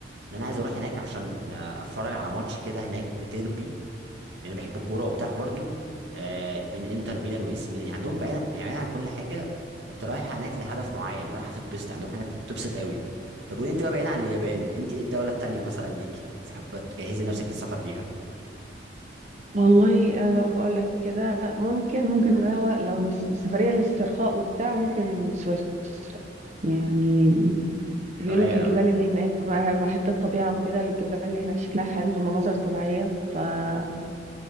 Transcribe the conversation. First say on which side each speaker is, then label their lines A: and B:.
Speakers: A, on the right; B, on the right.
A: ان انا عايز اروح هناك عشان آه، اتفرج على ماتش كده هناك ديربي يعني بحب الكوره وبتاع برضو آه بين انتر ميلان واي سي ميلان يعني عندهم بعيد يعني بعيد عن كل حاجه انت رايح هناك لهدف معين رايح هتتبسط عندهم حاجه تبسط قوي طب قولي انت بقى بعيد عن اليابان انت ايه الدوله التانيه مثلا ليكي حابه تجهزي نفسك للسفر ليها
B: والله انا زي ما بقول لك كده ممكن ممكن اللي هو لو الس- السفريه للاسترخاء وبتاع ممكن سويسرا يعني بيقول
A: ده رايق
B: لك الجبال
A: قوي يعني.
B: اللي هناك بقى- بحب الطبيعه وكده الجبال اللي هناك شكلها حلو والمناظر الطبيعيه فحاسه